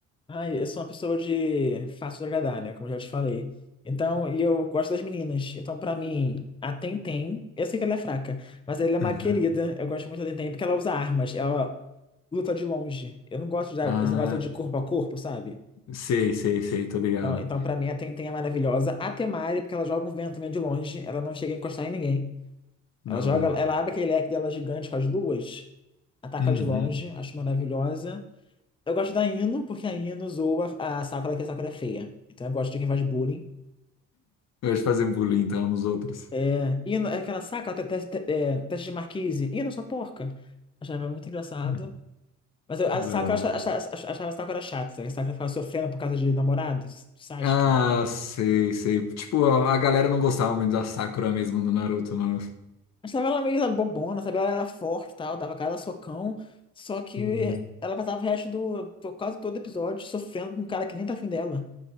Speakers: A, on the left (about 15°); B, on the left (about 60°).
A: Ah, eu sou uma pessoa de fácil de agradar, né? Como eu já te falei. Então, e eu gosto das meninas. Então, pra mim, a Tenten, eu sei que ela é fraca, mas ela é uma
B: Uhum.
A: querida. Eu gosto muito da Tenten porque ela usa armas, ela luta de longe. Eu não gosto de
B: Ah,
A: esse negócio de corpo a corpo, sabe?
B: sei, sei, sei, tô ligado.
A: Então, então pra mim, a Tenten é maravilhosa. A Temária, porque ela joga um vento meio de longe, ela não chega a encostar em ninguém.
B: Da
A: Ela joga,
B: hora.
A: ela abre aquele leque dela gigante com as luas, ataca
B: Uhum.
A: de longe, acho maravilhosa. Eu gosto da Ino, porque a Ino zoa a Sakura, que a Sakura é feia. Então eu gosto de quem faz bullying.
B: Eu gosto de fazer bullying, então, nos outros.
A: É, Ino é aquela Sakura, te- te- te- é, teste de Marquise. Ino, sua porca. Achava muito engraçado.
B: Hum.
A: Mas eu, a Sakura
B: Da hora.
A: acha- acha- acha- achava a Sakura chata. A Sakura ficava sofrendo por causa de namorado, do Sasuke.
B: Ah, sei, sei. Tipo, a a galera não gostava muito da Sakura mesmo do Naruto, mano.
A: Achava ela meio bobona, sabe? Ela era forte e tal, dava cada socão. Só que
B: Hum,
A: ela passava o resto do, do quase todo episódio sofrendo com um cara que nem tá afim dela.